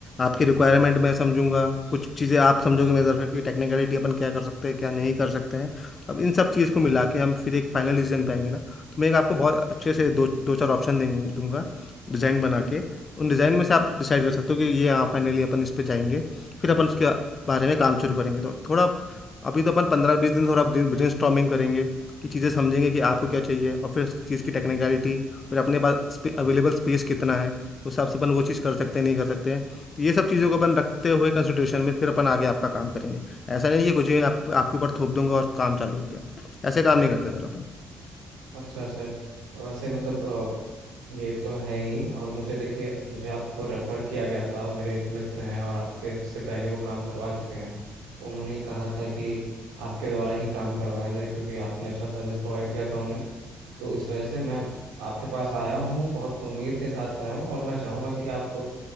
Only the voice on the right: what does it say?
अच्छा सर तो वैसे मतलब अ, ये तो है ही और मुझे देखिए मुझे आपको रेफ़र किया गया था मेरे एक मित्र हैं और आपके से पहले वो काम करवा चुके हैं तो उन्होंने ही कहा था कि आपके द्वारा ही काम करवाया जाए क्योंकि आपने अच्छा सर्विस प्रोवाइड किया था उन्हें तो इस वजह से मैं आपके पास आया हूँ बहुत उम्मीद के साथ आया हूँ और मैं चाहूँगा कि आप